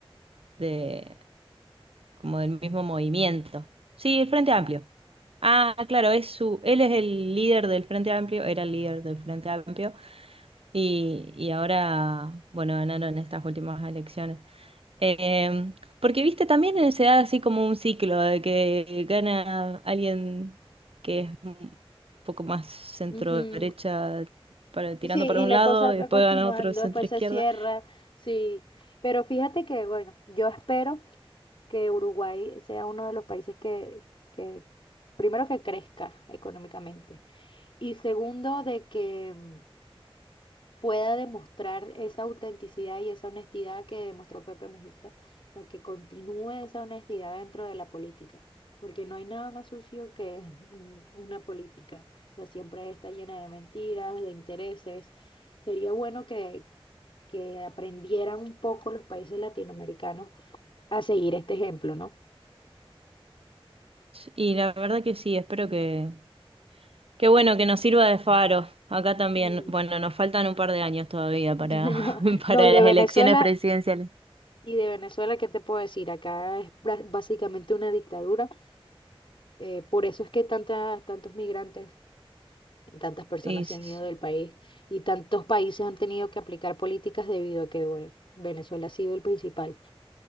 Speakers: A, on the right; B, on the left.
A: de, como del mismo movimiento. Sí, el Frente Amplio. Ah, claro, es su, él es el líder del Frente Amplio, era el líder del Frente Amplio y, y ahora, bueno, ganaron estas últimas elecciones. Eh, porque, viste, también se da así como un ciclo de que gana alguien que es un poco más centro
B: Ujú.
A: derecha, para, tirando
B: Sí,
A: para
B: y
A: un
B: la
A: lado,
B: cosa va
A: y después
B: continuando,
A: gana otro centro
B: después se
A: izquierda.
B: cierra, sí. Pero fíjate que, bueno, yo espero que Uruguay sea uno de los países que, que primero que crezca económicamente y segundo de que mm, pueda demostrar esa autenticidad y esa honestidad que demostró Pepe Mujica, o sea, que continúe esa honestidad dentro de la política, porque no hay nada más sucio que <laughs> un- una política, o sea, siempre está llena de mentiras, de intereses. Sería bueno que, que aprendieran un poco los países latinoamericanos a seguir este ejemplo, ¿no?
A: Y la verdad que sí, espero que, Qué bueno que nos sirva de faro. Acá también,
B: Mm.
A: bueno,
B: <laughs>
A: nos faltan un par de años todavía
B: No,
A: para, <laughs>
B: no,
A: para
B: y de
A: las
B: Venezuela,
A: elecciones presidenciales.
B: y de Venezuela, ¿qué te puedo decir? Acá es bra- básicamente una dictadura Eh, por eso es que tantas, tantos migrantes, tantas personas
A: Y s-
B: se han ido del país y tantos países han tenido que aplicar políticas debido a que, bueno, Venezuela ha sido el principal.